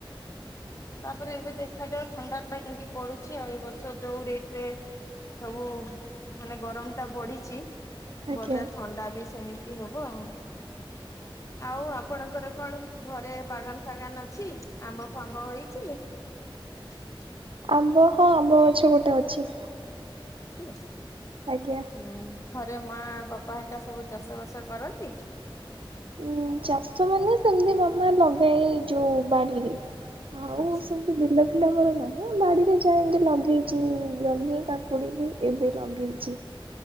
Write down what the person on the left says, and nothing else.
ତାପରେ ଏବେ ଦେଖାଯାଉ ଥଣ୍ଡାଟା କେମିତି ପଡୁଛି। ଆଉ ଏ ବର୍ଷ ଯୋଉ ରେଟ ରେ ସବୁ ମାନେ ଗରମ ଟା ବଢିଛି,
ବୋଧେ ଥଣ୍ଡା ବି ସେମିତି ହବ ଆଉ। ଆଉ ଆପଣଙ୍କର କଣ ଘରେ ବାଗାନ ଫାଗାନ ଅଛି ଆମ୍ବ ଫାମ୍ବ ହେଇ? <inaudible>
ଅଛି।
ହଁ ଘରେ ମା, ବାପା ସବୁ ଚାଷ ବାସ କରନ୍ତି।
ଆଚ୍ଛା।